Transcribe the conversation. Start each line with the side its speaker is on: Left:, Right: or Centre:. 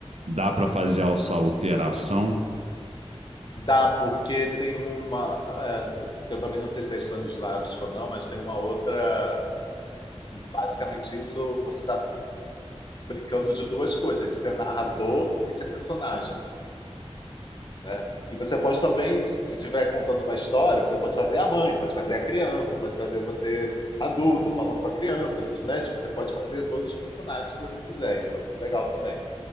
Right: dá para fazer essa alteração?
Left: Dá, porque tem uma. é, eu também não sei se é Stanislavski ou não, mas tem uma outra. Basicamente, isso você está brincando de duas coisas: de ser narrador e ser personagem. né? E você pode também, se estiver contando uma história, você pode fazer a mãe, pode fazer a criança, pode fazer você adulto falando com a criança, né? Tipo, você pode fazer todos os personagens que você quiser. Isso é muito legal também.